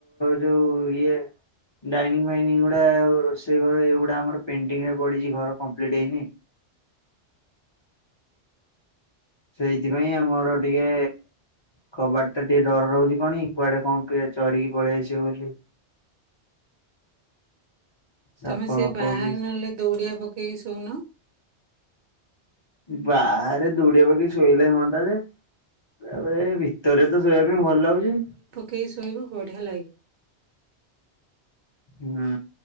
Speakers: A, on the left (about 35°); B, on the right (about 60°).
A: ଯୋଉ ଇଏ ଡାଇନିଂ ଫାଇନି ଗୁଡା, ରୋଷେଇ ଘର ଏଗୁଡା ଆମର ପେଣ୍ଟିଂ ରେ ପଡିଚି, ଘର କମ୍ପ୍ଲିଟ ହେଇନି। ସେଇଥିପାଇଁ ଆମର ଟିକେ କବାଟ୍ ଟା ଟିକେ ଡର ରହୁଚି କଣ କି, କୁଆଡେ କଣ କିଏ ଚରିକି ପଳେଇଆସିବ ବୋଲି। ସାପ
B: ତମେ ସେ
A: ଫାପ
B: ବାହାରେ
A: କି
B: ନହେଲେ ଦଉଡିଆ ପକେଇକି ଶୋଉନ।
A: ବାହାରେ ଦୌଡିଆ ପକେଇ ଶୋଇଲେ ହୁଅନ୍ତା ଯେ, ତାପରେ ଏଭି ତରେ ତ ଶୋଇବା ପାଇଁ ଭଲ ଲାଗୁଚି।
B: କେଇ ଶୋଇବ ବଢିଆ ଲାଗିବ।
A: ହୁଁ।